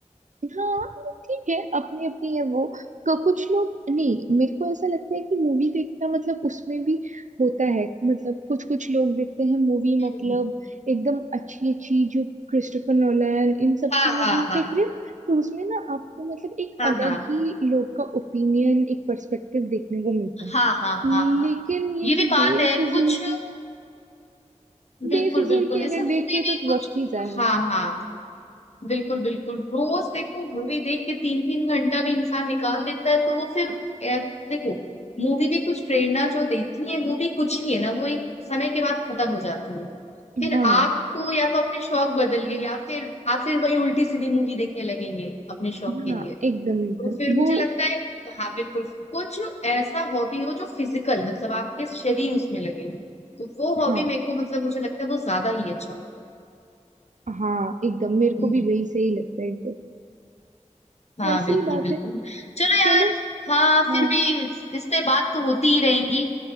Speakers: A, on the right (about 70°); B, on the left (about 60°).
A: हाँ ठीक है अपनी अपनी है वो क- कुछ लोग नहीं मेरे को ऐसा लगता है कि मूवी देखना मतलब उसमें भी होता है मतलब कुछ कुछ लोग देखते हैं मूवी मतलब
B: हम्म।
A: एकदम अच्छी अच्छी जो क्रिस्टोफर नोलन इन सब
B: हाँ
A: की मूवीज
B: हाँ
A: देख रहे हो तो उसमें ना आपको मतलब एक
B: हाँ
A: अलग
B: हाँ हाँ
A: ही लोग का ओपिनियन एक पर्सपेक्टिव देखने को मिलता है
B: हाँ हाँ हाँ हाँ
A: लेकिन ये
B: ये भी
A: जो
B: बात
A: बेफिजुल
B: है कुछ
A: की
B: बिल्कुल
A: बेफिजुल
B: बिल्कुल
A: की
B: जैसे
A: अगर
B: मूवी
A: देख रहे
B: भी
A: हो तो
B: कुछ
A: वक्त ही जाया है
B: हाँ हाँ बिल्कुल बिल्कुल रोज देखो मूवी देख के तीन तीन घंटा भी इंसान निकाल देता है तो वो फिर ए, देखो मूवी भी कुछ प्रेरणा जो देती है वो भी कुछ नहीं है ना वो एक समय के बाद खत्म हो जाती है फिर
A: हाँ
B: आपको या तो अपने शौक बदलिए या फिर आप फिर वही उल्टी सीधी मूवी देखने लगेंगे अपने शौक
A: हाँ
B: के लिए
A: एकदम एकदम
B: तो फिर
A: वो
B: मुझे लगता है हाँ बिल्कुल कुछ ऐसा हॉबी हो जो फिजिकल मतलब आपके शरीर उसमें लगे तो वो हॉबी
A: हाँ
B: मेरे को मतलब मुझे लगता है वो ज्यादा ही अच्छा हो
A: हाँ एकदम मेरे
B: हम्म,
A: को भी वही सही लगता है एकदम
B: हाँ
A: वैसी
B: बिल्कुल
A: ही बात
B: बिल्कुल
A: है
B: चलो यार
A: चलो
B: हाँ फिर
A: हाँ
B: भी इस, इस पे बात तो होती ही रहेंगी